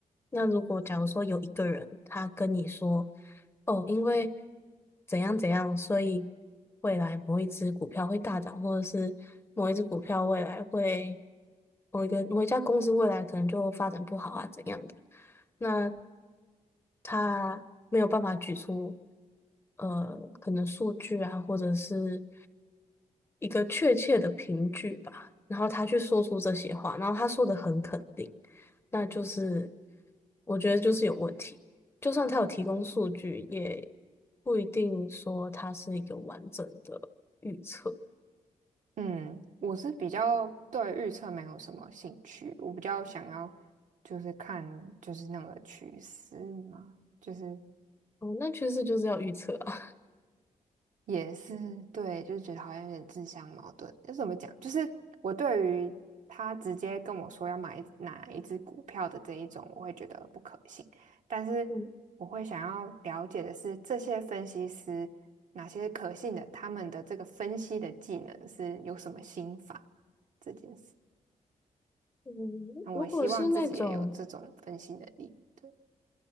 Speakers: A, on the left; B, on the right.
A: 那如果假如说有一个人他跟你说，哦，因为怎样怎样，所以未来某一只股票会大涨，或者是某一只股票未来会某一个某一家公司未来可能就发展不好啊，怎样的。那他没有办法举出呃可能数据啊，或者是一个确切的凭据吧，然后他去说出这些话，然后他说的很肯定，那就是我觉得就是有问题。就算他有提供数据，也不一定说他是一个完整的预测。
B: 嗯，我是比较对预测没有什么兴趣，我比较想要就是看就是那个趋势嘛，就是
A: 哦，那趋势就是要预测啊。
B: 也是对，就是觉得好像有点自相矛盾。就怎么讲？就是我对于他直接跟我说要买哪一只股票的这一种，我会觉得不可信。但是我会想要了解的是，
A: 嗯
B: 这些分析师哪些可信的，他们的这个分析的技能是有什么心法这件事。
A: 嗯，
B: 那我希望自己也有这种分析能力。
A: 如果是那种
B: 对，